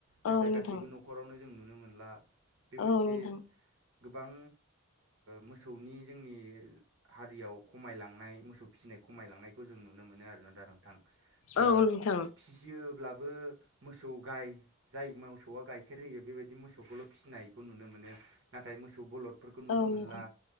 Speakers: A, on the right; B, on the left.
A: नाथाय
B: औ नोंथां
A: गासैबो न'खरावनो जों नुनो मोनला बे मोनसे।
B: औ नोंथां
A: गोबां मोसौनि जोंनि हारियाव खमायलांनाय मोसौ। फिसिनाय खमायलांनायखौ जों नुनो मोनो आरोना नोंथां दा
B: औ नोंथां
A: फिसियोब्ला। बो। मोसौ गाय जाय मोसौआ गाइखेर होयो बेबायदि मोसौखौल' फिसिनायखौ नुनो मोनो नाथाय। मोसौ बलदफोरखौ नुनो
B: औ
A: मोनला
B: नोंथां